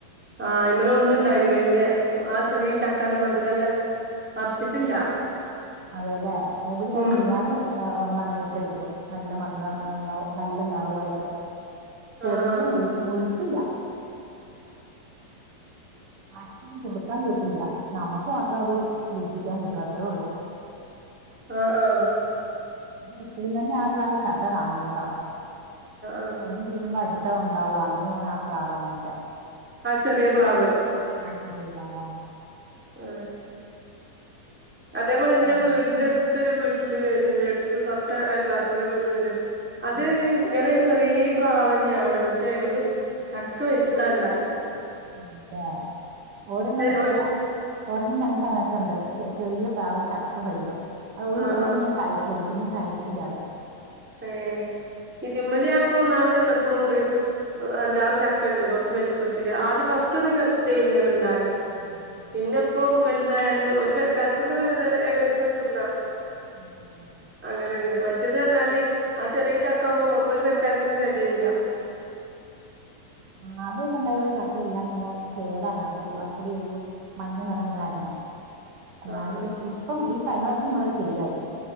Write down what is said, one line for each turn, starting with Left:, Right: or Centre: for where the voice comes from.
Centre: ആഹ ഇ്മല ഒന്ന ഇണ്ടായിന് വല്ിയ ആ ചെറിയ ചക്കാല മധുരുള്ള പറിച്ചിട്ടില്ല
Right: അതെയല്ലെ ഇവിടെ ഞാൻ
Centre: ഉം
Right: മീഞ്ഞാന്ന് അങ്ങനെ ഇറ്റെടുത്തു നല്ല മധുരം നല്ല കുറവായിട്ട് ചെറിയ
Centre: ആഹ് ആഹ്
Right: മുഴു മുഴുപ്പില്ല
Centre: ഇ
Right: ആർക്കും കൊടുക്കാൻ കിട്ടൂല നമുക്ക് മാത്രം അത് രുചിക്കാൻ കിട്ടും അത്രേ ഉള്ളു
Centre: ആ ആ
Right: എപ്പോഴും തന്നെ ആപ്പ്ളവി ചക്ക കാണ കേട്ടോ
Centre: ആഹ്
Right: ഒന്ന തീരുമ്പോ അടുത്ത ഉണ് പാവ അങ്ങനെയാണ് ആ പ്ലാവ് അങ്ങനത്തെ
Centre: ആ ചെറിയ പ്ലാവ്
Right: ആക്കറിയാവ
Centre: ആ അതേപോലെ എന്റെ
Right: നല്ല
Centre: വീടിന്റെ
Right: മധുരം
Centre: അടുത്തൊരു വീട്ടില് ഉണ്ട് അടുത്ത് തൊട്ട അയൽവാസിൽ വീട്ടിലുണ്ട് അത്
Right: ഉം
Centre: ഇങ്ങനെ ചെറിയ പ്ലാവന്നെയാണ് പക്ഷെ അയ്മല് ചക്ക വൽ ത ഇണ്ടാവൽ
Right: അതെ അതെ ഓരെണ്ണം
Centre: ഒത്ത
Right: ഇത് ഓരെണ്ണം ഞങ്ങക്ക് അങ്ങട്ടുണ്ട് ച ചെറിയ പാവം ചക്ക വലുതും അത്
Centre: ആഹ്
Right: ഒരെണ്ണം
Centre: ആഹ്
Right: കായച്ചുള്ളൂ പിന്നെ കായച്ചിട്ടില്ലാതെ
Centre: ഏ ഇതിമ്മല ഞാൻപ്പൊ നാള് ചന്തപ്പളും ഉണ്ട് അഞ്ചാറ് ചക്ക ഇണ്ട് കുറച്ച് വലുപ്പത്തിത്തില്ൽ ആദ്യം ഫസ്റ്റ് ഒക്കെ ചെറുതേനി ണ്ടാല്
Right: ആഹ് ആഹ്
Centre: പിന്നെ ഇപ്പോം വലുതായല് ഒരു പരിക്കാർക്കൊക്കെതായല് ഏകദേശം തിന്നാ
Right: ആഹ് ആഹ്
Centre: അങ്ങനെണ്ട് മറ്റേത് പറഞ്ഞാല് ആ ചെറിയ ചക്കാവുമ്പോ നമുക്ക് ഒരു പക്കാർരിക്കന തികയൂല
Right: മ് മ് ആദ്യൊക്കെ ഉണ്ടായപ്പോച ക എല്ലാം ഇങ്ങനെ കേടല്ല അ അപ്പടൊ ഒരു മഞ്ഞ നിറ മീനായിുന്ന എന്നാല്
Centre: ആഹ് ആഹ്
Right: ഇപ്പം ഈ കഴിഞ്ഞ വർഷം മുതൽ ശരിയായി